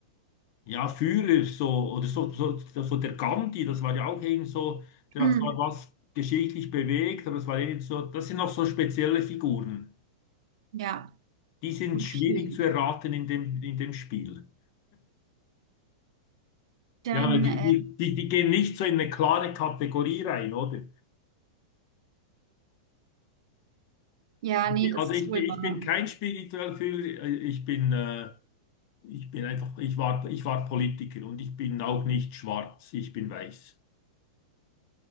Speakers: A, on the left (about 35°); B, on the right (about 55°).
A: ja, Führer, so, oder so, so, so der Gandhi, das war ja auch eben so, der
B: Hm,
A: hat zwar was geschichtlich bewegt, aber das war eben so, das sind noch so spezielle Figuren.
B: ja.
A: Die sind
B: Okay.
A: schwierig zu erraten in dem, in dem Spiel.
B: Dann,
A: Ja, weil die,
B: äh,
A: die, die, die gehen nicht so in eine klare Kategorie rein, oder?
B: ja, nee,
A: Nee,
B: das
A: Also
B: ist
A: ich
B: wohl
A: bin, ich
B: wahr.
A: bin kein spiritueller Führer, ich bin, äh, ich bin einfach, ich war, ich war Politiker und ich bin auch nicht schwarz, ich bin weiß.